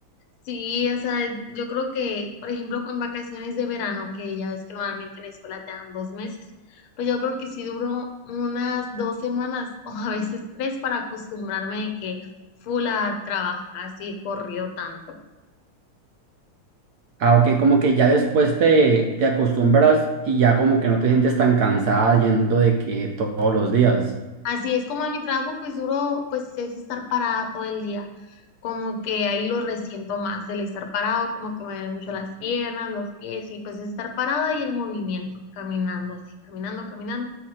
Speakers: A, on the left; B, on the right.
A: Sí, o sea, yo creo que, por ejemplo, en vacaciones de verano, que ya ves que normalmente en la escuela te dan dos meses, pues yo creo que sí duró unas dos semanas <laughs> o a veces tres para acostumbrarme de que full a trabajar así corrido tanto.
B: Ah, ok, como que ya después te, te acostumbras y ya como que no te sientes tan cansada yendo de que to- todos los días.
A: Así es como en mi trabajo, pues duro, pues es estar parada todo el día. Como que ahí lo resiento más, el estar parado, como que me duelen mucho las piernas, los pies, y pues estar parada y el movimiento, caminando así, caminando, caminando.